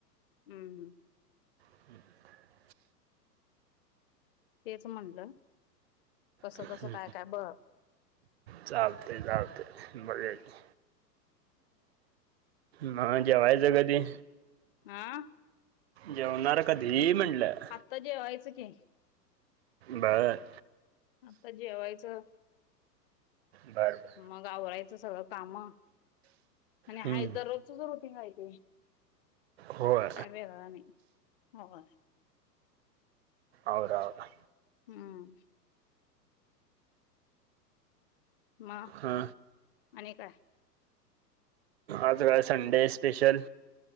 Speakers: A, on the left (about 35°); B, on the right (about 40°).
A: हम्म हम्म.
B: <inaudible>
A: तेच म्हणलं. कसं
B: हां
A: कसं
B: हां.
A: काय काय बघ
B: चालतंय चालतंय बघूया की. मग जेवायचं कधी?
A: आं
B: जेवणारा कधी म्हटलं?
A: आत्ता जेवायचं की.
B: बर.
A: आत्ता जेवायचं.
B: बर बर.
A: मग आवरायचं सगळ कामं आणि आहे
B: हम्म.
A: दररोजच च रुटीन आहे ते.
B: होय
A: काय वेगळा नाही होय.
B: आवर आवर.
A: हम्म. मग
B: हा
A: आणि काय?
B: आज काय संडे स्पेशल!